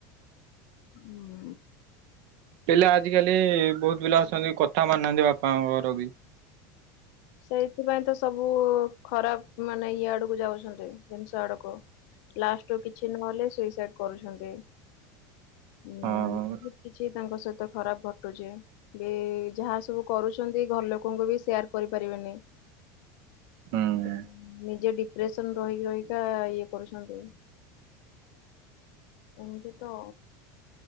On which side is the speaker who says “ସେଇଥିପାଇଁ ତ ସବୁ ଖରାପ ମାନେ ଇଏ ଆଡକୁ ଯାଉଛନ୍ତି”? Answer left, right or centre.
Left